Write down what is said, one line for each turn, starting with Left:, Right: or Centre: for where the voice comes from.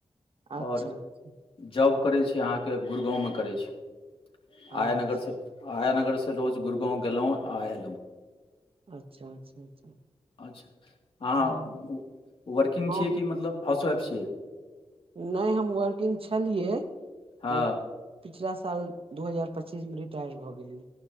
Right: अच्छा
Left: आओर
Right: अच्छा
Left: जॉब करैत छी अहाँके गुुरगाँवमे करैत छी हाया
Right: अच्छा
Left: नगरसँ हाया नगर से रोज गुरुगाँंव गेलहुँं आ एलहुँ
Right: अच्छा अच्छा अच्छा
Left: अच्छा अहाँ
Right: हँ
Left: वर्किंग
Right: हँ
Left: छियै कि मतलब हाउसवाइफ छियै
Right: नहि हम वर्किंग छलियै
Left: हँ
Right: लेकिन पिछला साल दू हजार पच्चीसमे रिटायर भऽ गेलियै